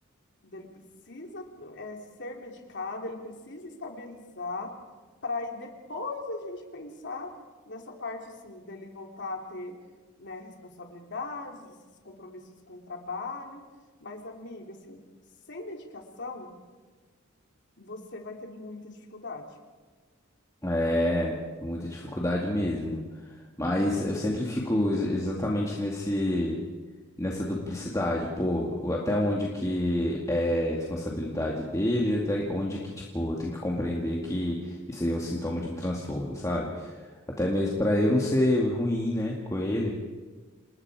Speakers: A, on the left (about 60°); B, on the left (about 15°).
A: Ele precisa é, ser medicado, ele precisa estabilizar, para aí depois a gente pensar nessa parte assim, dele voltar a ter, né, responsabilidades, esses compromissos com o trabalho. Mas, amiga, assim, sem medicação, você vai ter muita dificuldade.
B: É, muita dificuldade mesmo. Mas eu sempre fico ex- exatamente nesse, nessa duplicidade, pô, o- até onde que é responsabilidade dele, até onde que, tipo, eu tenho que compreender que isso aí é um sintoma de um transtorno, sabe? Até mesmo pra eu não ser ruim, né, com ele.